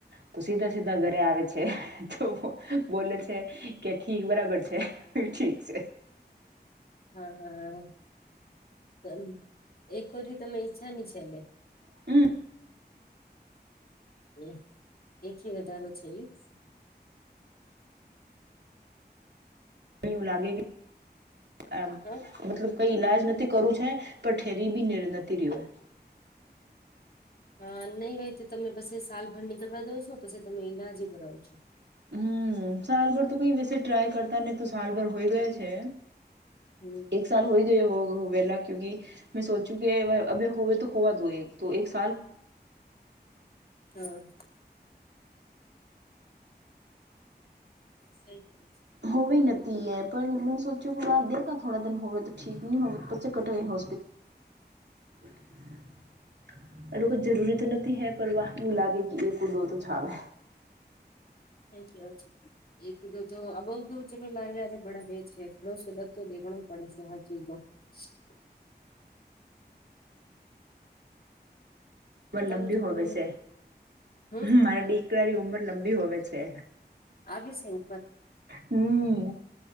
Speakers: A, on the right; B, on the left.
A: તો સીધા સીધા ઘરે આવે છે. જો બો બોલે છે કે ઠીક બરાબર છે ઠીક છે.
B: હા આમ એક કરી તમે ઈચ્છાની છે એટલે.
A: <unintelligible>
B: ને એક થી વધારો છે એક
A: કંઈ એવું લાગે કે આમ
B: હા
A: મતલબ કઈ ઈલાજ નથી કરું છે પણ ઠેરી બી ન નથી રહ્યું.
B: હા નહીં ભાઈ તો તમે પછી સાલભર નીકળવા દો છો પછી તમે ઈલાજ કરાવો છો.
A: હમ્મ સાલભર તો કઈ વિશે ટ્રાય કરતા ને તો સાલભર હોય ગયા છે.
B: હમ્મ.
A: એક સાલ હોઈ ગયો હો ગો વહેલા ક્યુકી મેં સોચ્યું કે અભ હોવે તો હોવા દો એક તો એક સ
B: હ સહી કર
A: હોવે નતી એ પર મેં સોચ્યો કે વા દખા થોડા દન હોવે તો ઠીક ન હોવે પચે કટ હો <unintelligible> એટ જરૂરી તો નથી હે પર વા એવું લાગે કે એ દો તો છાવે.
B: થેન્કયુ ઓ એકધ તો આ બઉધ વચે લારે લારે બડાાવે છે થોડ સદગ તો દેખણું જ પડે છે હ ચીજો <inaudible>
A: ઉમર
B: તમ
A: લંબી
B: થોડું
A: હોવે છે
B: હમ
A: મારા દીકરાની ઉંમર લંબી હોવે છે.
B: આવી છે ઉપર
A: હમ